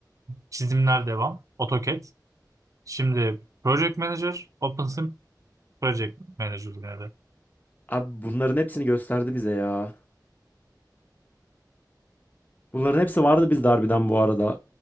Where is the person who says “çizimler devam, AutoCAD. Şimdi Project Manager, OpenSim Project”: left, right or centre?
Right